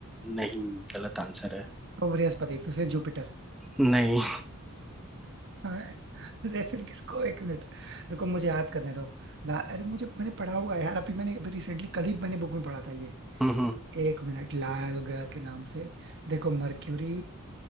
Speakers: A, in the centre; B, on the right (about 55°).
A: नहीं गलत आंसर है
B: तो बृहस्पति फिर से जुपिटर
A: नहीं
B: हाँ, <laughs> अरे फिर किसको एक मिनट देखो मुझे याद करने दो ला अरे मुझे मैंने पढ़ा हुआ है यार अभी मैंने अभी रिसेंटली कल ही मैंने बुक में पढ़ा था ये
A: हम्म हम्म,
B: एक मिनट लाल ग्रह के नाम से देखो मर्क्यूरी